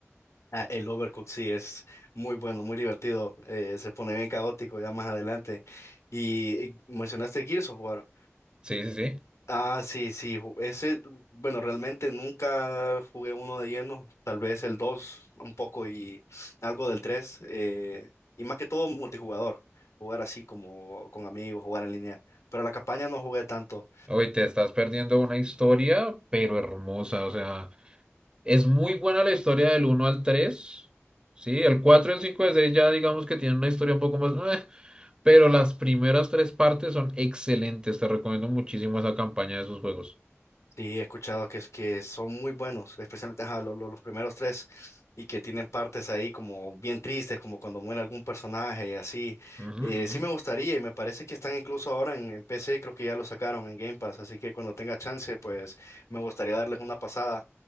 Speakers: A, on the left; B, on the right.
A: Ah, el Overcooked sí es muy bueno, muy divertido, eh, se pone bien caótico ya más adelante. Y, y mencionaste Gears of War.
B: Sí, sí, sí.
A: Ah, sí, sí, ju- ese, bueno, realmente nunca jugué uno de lleno, tal vez el 2 un poco y algo del 3, y más que todo multijugador, jugar así como con amigos, jugar en línea, pero la campaña no jugué tanto,
B: Oye, te estás perdiendo una historia, pero hermosa, o sea. Es muy buena la historia del uno al tres Sí, el cuatro el 5 y el 6 ya digamos que tienen una historia un poco más... "eh", pero las primeras tres partes son excelentes. Te recomiendo muchísimo esa campaña de esos juegos.
A: Sí, he escuchado que, es- que son muy buenos, especialmente ajá, lo- lo- los, primeros tres, y que tienen partes ahí como bien tristes, como cuando muere algún personaje y así.
B: Ujú,
A: Eh,
B: ujú.
A: sí me gustaría, y me parece que están incluso ahora en, en PC, creo que ya lo sacaron en Game Pass, así que cuando tenga chance, pues me gustaría darles una pasada.